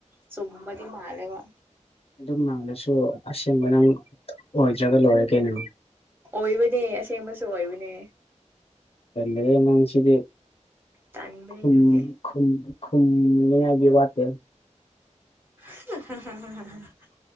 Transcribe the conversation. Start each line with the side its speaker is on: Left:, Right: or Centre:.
Right: ꯆꯨꯝꯃꯗꯤ ꯃꯥꯜꯂꯦꯕ꯫
Left: ꯑꯗꯨꯝ ꯃꯥꯜꯂꯁꯨ ꯑꯁꯦꯡꯕ ꯅꯪ ꯑꯣꯏꯗ꯭ꯔꯒ ꯂꯣꯏꯔꯦ ꯀꯩꯅꯣ꯫
Right: ꯑꯣꯏꯕꯅꯦ ꯑꯁꯦꯡꯕꯁꯨ ꯑꯣꯏꯕꯅꯦ꯫
Left: ꯇꯜꯂꯦ ꯅꯪꯁꯤꯗꯤ
Right: ꯇꯟꯕꯅꯦ
Left: ꯎꯝ
Right: ꯑꯗꯨꯒꯤ
Left: ꯈꯨꯨꯝꯅ ꯈꯨꯝꯅꯤꯡ ꯉꯥꯏꯒꯤ ꯋꯥꯇꯦ꯫
Right: <unintelligible>